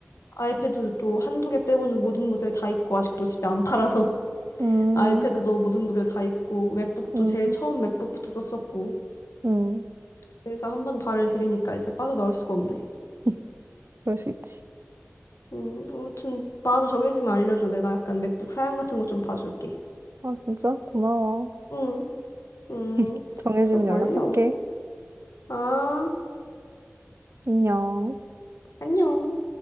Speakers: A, on the left; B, on the right.
A: 아이패드도 한두 개 빼고는 모든 모델 다 있고 아직도 집에 안 팔아서 <laughs>
B: 음,
A: 아이패드도 모든 모델 다 있고 맥북도
B: 음,
A: 제일 처음 맥북부터 썼었고
B: 음.
A: 그래서 한번 발을 들이니까 이제 빠져나올 수가 없네.
B: <laughs> 그럴 수 있지.
A: 음, 아무튼 마음 정해지면 알려줘. 내가 약간 맥북 사양 같은 거 좀 봐줄게.
B: 아, 진짜? 고마워.
A: 응, 응
B: <laughs> 정해지면
A: 별 멀려.
B: 연락할게.
A: 아.
B: 안녕.
A: 안녕.